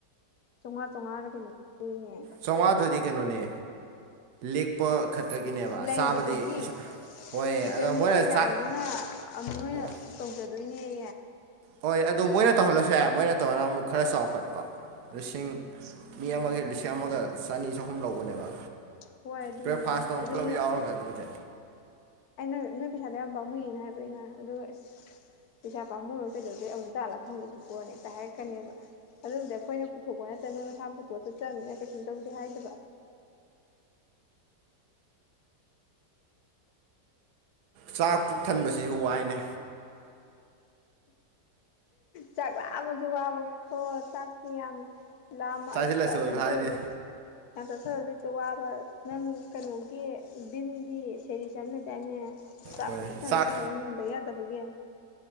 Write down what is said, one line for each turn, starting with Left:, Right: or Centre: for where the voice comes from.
Left: ꯆꯥꯝꯃꯉꯥ ꯆꯥꯝꯃꯉꯥꯗ ꯀꯩꯅꯣ ꯂꯧꯋꯤꯅꯦ
Right: ꯆꯥꯝꯃꯉꯥꯗꯨꯗꯤ ꯀꯩꯅꯣꯅꯦ ꯂꯦꯛꯄ ꯈꯛꯇꯒꯤꯅꯦꯕ
Left: ꯂꯩꯕꯗꯨꯒꯤ
Right: ꯆꯥꯕꯗꯤ ꯏꯁꯥ ꯍꯣꯏ
Left: ꯀꯤꯆꯟꯒꯤ
Right: ꯑꯗꯣ ꯃꯣꯏꯅ
Left: ꯀꯩꯀꯥꯒꯤꯗꯨꯅ
Right: ꯆꯥꯛ
Left: ꯅꯣꯏꯅ
Right: ꯑꯣ
Left: ꯇꯧꯖ ꯂꯣꯏꯅꯦꯦ
Right: ꯍꯣꯏ ꯑꯗꯨ ꯃꯣꯏꯅ ꯇꯧꯍꯜꯂꯁꯨ ꯌꯥꯏ ꯃꯣꯏꯅ ꯇꯧꯔꯅ ꯑꯃꯨꯛ ꯈꯔ ꯆꯥꯎꯈꯠꯄ ꯂꯤꯁꯤꯡ ꯃꯤ ꯑꯃꯒꯤ ꯂꯤꯁꯤꯡ ꯑꯃꯒ ꯆꯅꯤ ꯆꯍꯨꯝ ꯂꯧꯕꯅꯦꯕ
Left: ꯍꯣꯏ ꯑꯗꯨꯅꯦ
Right: ꯕ꯭ꯔꯦꯛꯐꯥꯁꯇ ꯑꯃꯨꯛ
Left: ꯑꯗꯨ
Right: ꯄꯨꯂꯞ
Left: ꯑꯩꯅ
Right: ꯌꯥꯎꯔꯒ ꯑꯗꯨꯕꯨꯗꯤ
Left: ꯑꯩꯅ ꯅꯣꯏ ꯄꯩꯁꯥꯗꯣ ꯌꯥꯝ ꯄꯥꯎꯃꯨꯏꯅ ꯍꯥꯏꯕꯩꯅ ꯑꯗꯨꯒꯁ ꯄꯩꯁꯥ ꯄꯥꯝꯃꯨꯔꯣ ꯀꯩꯗꯧꯗꯩ ꯑꯃꯨꯛ ꯇꯥꯜꯂ ꯐꯪꯕꯒꯤꯄꯣꯅ ꯍꯦꯛꯇ ꯍꯥꯏꯔꯛꯀꯅꯦꯕ ꯑꯗꯨꯕꯨꯗꯤ ꯑꯩꯈꯣꯏꯅ ꯄꯨꯊꯣꯛꯄ ꯅꯠꯇ꯭ꯔꯦ ꯃꯣꯏ ꯃꯁꯥ ꯄꯨꯊꯣꯛꯑ ꯆꯠꯇ꯭ꯔꯕꯅꯤꯅ ꯀꯩꯁꯨꯝ ꯇꯧꯕꯨꯗꯤ ꯍꯥꯏꯗꯕ
Right: ꯆꯥꯛ ꯄꯨꯛ ꯊꯟꯕꯁꯤꯁꯨ ꯋꯥꯏꯅꯦ
Left: ꯆꯥꯛ ꯂꯥꯕꯁꯨ ꯋꯥꯕ ꯈꯣ ꯆꯥꯛꯁꯤ ꯌꯥꯝ ꯂꯥꯝꯃ
Right: ꯆꯥꯁꯤꯜꯂꯁꯨ
Left: ꯆꯠ ꯀꯩꯅꯣ
Right: ꯍꯥꯏꯗꯤ
Left: ꯇꯧꯔꯒꯦ ꯌꯥꯝ ꯆꯠꯊꯔꯗꯗ ꯋꯥꯕ ꯅꯪ ꯀꯩꯅꯣꯒꯤ ꯚꯝꯒꯤ ꯁꯦꯔꯤꯁ ꯑꯃ ꯂꯩꯗ ꯑꯅꯦ ꯆꯥꯛꯀꯨ
Right: ꯍꯣꯏ
Left: ꯈꯟꯗ
Right: ꯆꯥꯛ
Left: ꯁꯜꯂꯒ ꯂꯨꯗ ꯌꯥꯗꯕꯒꯤ